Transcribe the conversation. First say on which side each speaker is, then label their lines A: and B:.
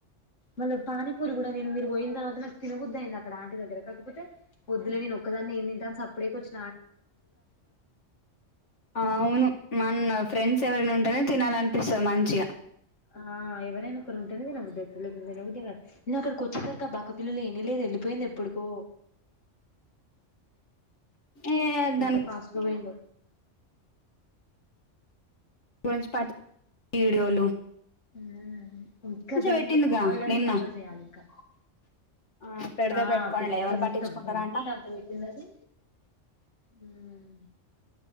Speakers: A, on the left (about 85°); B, on the left (about 70°).
A: మల పానీపూరి కూడా నే మీరు పోయిన తర్వాత నాకు తినద్దు అంది అక్క ఆంటి దగ్గర కాకపోతే వద్దులే నే ఒదాన్ని ఏ తంట అప్పుడేచ్చ
B: ఆ అవును మన ఫ్రెండ్స్ ఎవరైనా ఉంటేనే తినాలి అనిపిస్తారు మంచీగా
A: ఆ ఎవరైనా ఒకరు ఉంటుంది నేను బుద్దద్ద నేను అక్కడికి వచ్చతార కా బక్క పల్లలు ఏని లేదు వెళలిపోయింది ప్పుడుకో
B: ఏ దాని
A: ఎంత ఫాస్ట్గాపెయిందో
B: గురించి పట్ ఇడియోలు
A: హ్మ్ ఇంకా దందు
B: పెట్టిందిగా
A: కావల్లనే
B: నిన్న
A: ఓవర్ చేయాలి ఇంకా
B: ఆ పెడితే
A: ఆ
B: పెట్టుకోనిలే
A: పెట్టి
B: ఎవరు
A: ఎంత
B: పట్టించుకుంటారంట
A: బలుపుంటే అంత పెట్టిందది హ్మ్